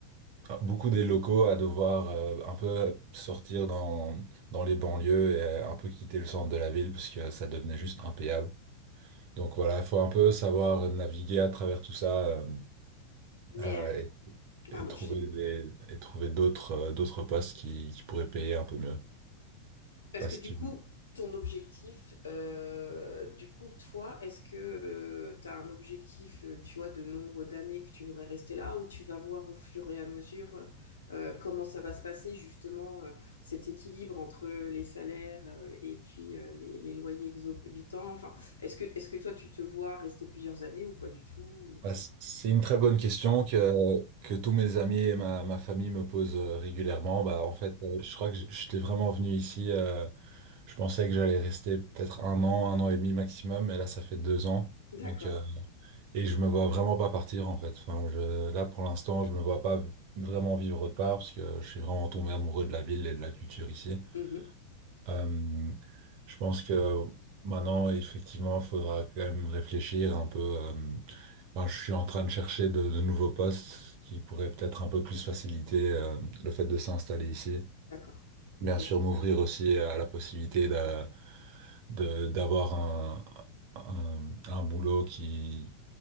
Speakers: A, on the right; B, on the left.
A: beaucoup des locaux à devoir euh, un peu sortir dans, dans les banlieues et euh, un peu quitter le centre de la ville parce que ça devenait juste impayable. Donc voilà, il faut un peu savoir naviguer à travers tout ça euh,
B: Mais
A: euh,
B: elle- pardon,
A: et, et trouver
B: je t'ai
A: des, et trouver d'autres euh, d'autres postes qui, qui pourraient payer un peu mieux.
B: Parce
A: Parce
B: que du
A: que...
B: coup, ton objectif, euh, du coup, toi, est-ce que tu as un objectif, euh, tu vois, de nombre d'années que tu voudrais rester là ou tu vas voir au fur et à mesure euh, comment ça va se passer, justement, euh, cet équilibre entre les salaires euh, et puis euh, les, les loyers exorbitants? Enfin, est-ce que, est-ce que toi, tu te vois rester plusieurs années ou pas du tout?
A: Bah, c- c'est une très bonne question que, que tous mes amis et ma, ma famille me posent euh, régulièrement. Bah, en fait, euh, je crois que j- j'étais vraiment venu ici. euh, je pensais que j'allais rester peut-être un an, un an et demi maximum, et là, ça fait deux ans.
B: D'accord.
A: Donc, euh, et je me vois vraiment pas partir, en fait. Enfin, je, là, pour l'instant, je me vois pas v- vraiment vivre autre part parce que je suis vraiment tombé amoureux de la ville et de la culture ici.
B: Mhm.
A: Euh, je pense que maintenant, effectivement, il faudra quand même réfléchir un peu. euh, enfin, je suis en train de chercher de, de nouveaux postes qui pourraient peut-être un peu plus faciliter euh, le fait de s'installer ici.
B: D'accord.
A: Bien
B: Ok.
A: sûr, m'ouvrir aussi à la possibilité d'a- de- d'avoir un, un, un boulot qui,